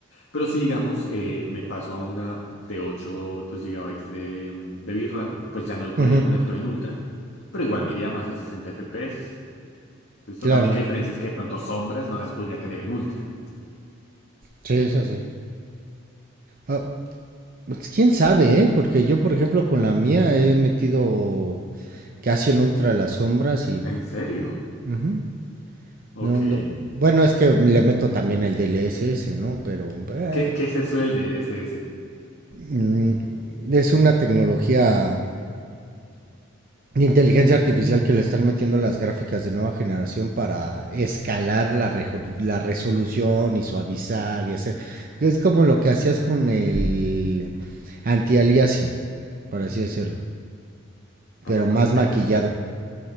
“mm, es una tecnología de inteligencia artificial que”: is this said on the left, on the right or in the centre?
Right